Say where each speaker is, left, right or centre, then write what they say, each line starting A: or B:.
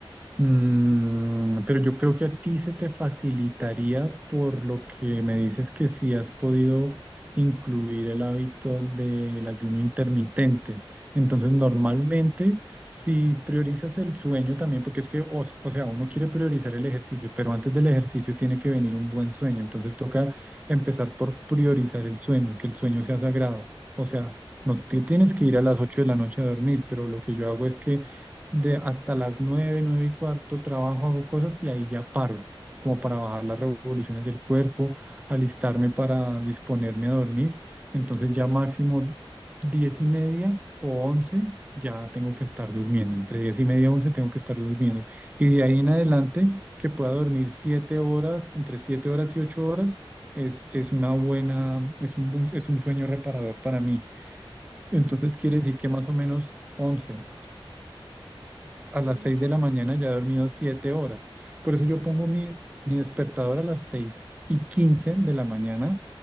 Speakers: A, on the right (about 15°); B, on the right (about 60°).
A: mm, pero yo creo que a ti se te facilitaría por lo que me dices que sí has podido incluir el hábito del ayuno intermitente. Entonces, normalmente,
B: Sí,
A: si priorizas el sueño también, porque es que, o, s- o sea, uno quiere priorizar el ejercicio, pero antes del ejercicio tiene que venir un buen sueño. Entonces, toca empezar por priorizar el sueño, que el sueño sea sagrado. O sea, no te tienes que ir a las 8 de la noche a dormir, pero lo que yo hago es que de hasta las nueve nueve y cuarto trabajo, hago cosas y ahí ya paro, como para bajar las revoluciones del cuerpo, alistarme para disponerme a dormir. Entonces ya máximo 10 y media o 11 ya tengo
B: sí,
A: que estar durmiendo. Entre 10 y media y 11 tengo que estar durmiendo. Y de ahí en adelante que pueda dormir 7 horas, entre 7 horas y 8 horas. Es, es una buena, es un, buen- es un sueño reparador para mí. Entonces
B: Claro,
A: quiere decir que más o menos 11 a
B: por
A: las
B: mucho.
A: 6 de la mañana ya he dormido 7 horas. Por eso yo
B: Ok,
A: pongo mi, mi despertador a las 6 y 15 de la mañana,